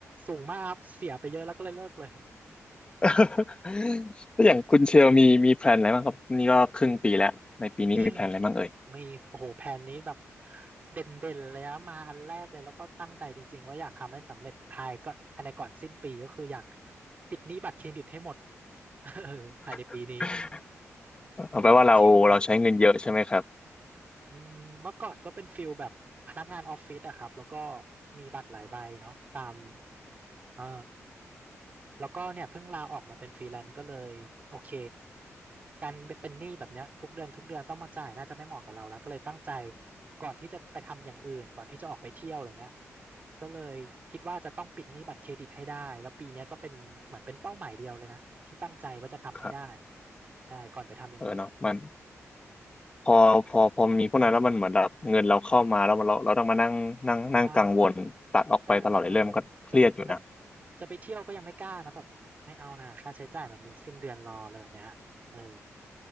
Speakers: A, on the right; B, on the left.
A: สูงมากครับเสียไปเยอะแล้วก็เลยเลิกเลย
B: <laughs> แล้วอย่างคุณเชลมีมีแพลนอะไรบ้างครับนี่ก็ครึ่งปีแล้วในปีนี้มีแพลนอะไรบ้างเอ่ย
A: มีมีโอ้โหแผนนี้แบบเด่นเด่นเลยนะมาอันแรกเลยแล้วก็ตั้งใจจริงๆว่าอยากทำให้สำเร็จภายก็ภายในก่อนสิ้นปีก็คืออยากปิดหนี้บัตรเครดิตให้หมด <laughs> เออภายในปีนี้
B: <laughs> เอาไปลว่าเราเราใช้เงินเยอะใช่ไหมครับ
A: จริงๆนะอืมเมื่อก่อนก็เป็นฟิลแบบพนักงานออฟฟิศอะครับแล้วก็มีบัตรหลายใบเนาะตามเออ แล้วก็เนี่ยเพิ่งลาออกมาเป็นฟรีแลนซ์ก็เลยโอเคการเป็นหนี้แบบเนี้ยทุกเดือนทุกเดือนต้องมาจ่ายน่าจะไม่เหมาะกับเราแล้วก็เลยตั้งใจก่อนที่จะไปทำอย่างอื่นก่อนที่จะออกไปเที่ยวอะไรเงี้ยก็เลยคิดว่าจะต้องปิดหนี้บัตรเครดิตให้ได้แล้วปีเนี้ยก็เป็นเหมือนเป็นเป้าหมายเดียวเลยนะที่ตั้งใจว่าจะทำให้ได้
B: ครับ
A: ใช่ก่อนไปทำอย่างอื่น
B: เออเนาะมันพอพอพอมีพวกนั้นแล้วมันเหมือนแบบเงินเราเข้ามาแล้วมันเราเราต้องมานั่งนั่งนั่งกังวลตัดออกไปตลอดเลยเรื่องมันก็เครียดอยู่นะ
A: ใช่แต่เออจะจะจะไปเที่ยวก็ยังไม่กล้านะแบบไม่เอานะค่าใช้จ่ายมันมีสิ้นเดือนรออะไรแบบเนี้ยเออ